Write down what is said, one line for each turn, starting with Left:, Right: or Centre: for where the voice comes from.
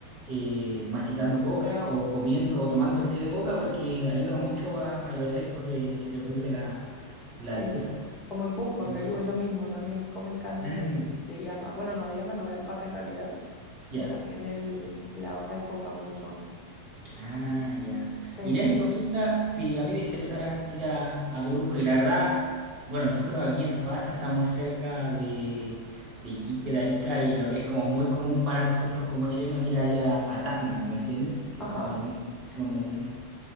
Right: eh, masticando coca o comiendo o tomando el té de coca porque ayuda mucho a, a los efectos de, que te produce la, la
Left: sí.
Right: altura.
Left: Como en Cusco,
Right: Entonces,
Left: en Perú, es lo mismo. También comen carne
Right: ah,
Left: de, de llama. Bueno, no, de llama, no, de alpaca en realidad.
Right: ya.
Left: Y también el, la hoja de coca mucho.
Right: Ah, ya.
Left: Sí.
Right: Inés, y consulta si a mí me interesara ir a, a Perú, porque la verdad, bueno, nosotros aquí en Antofagasta estamos cerca de, de Iquique, de Arica, y lo que es como muy común para nosotros como chilenos ir ahí a, a Tacna, ¿me entiendes? Que
Left: Ajá.
Right: es como muy, es como un...